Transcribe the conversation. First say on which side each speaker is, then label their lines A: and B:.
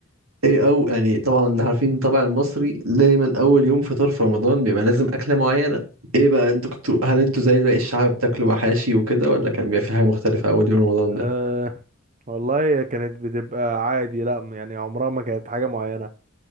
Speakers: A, on the right (about 80°); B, on the right (about 35°).
A: ايه او يعني طبعا عارفين الطبع المصري دايما اول يوم فطار في رمضان بيبقى لازم اكلة معينة ايه بقى انتوا كنتوا هل انتوا زي باقي الشعب بتاكلوا محاشي وكده ولا كان بيبقى في حاجة مختلفة اول يوم رمضان
B: آه.
A: ده
B: والله هي كانت بتبقى عادي لا يعني عمرها ما كانت حاجة معينة